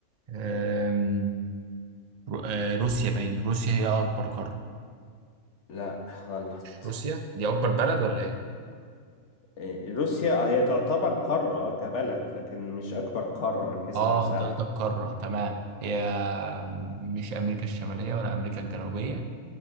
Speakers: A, on the right (about 40°); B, on the left (about 60°).
A: أم، رو... آه، روسيا باين روسيا هي أكبر قارة
B: لا غلط
A: مش روسيا دي أكبر بلد ولا
B: لا
A: إيه؟
B: إيه، روسيا آه، هي تعتبر قارة آه، كبلد لكن مش أكبر قارة من حيث
A: اه
B: المساحة
A: انت قصدك قارة تمام هي مش أمريكا الشمالية ولا أمريكا الجنوبية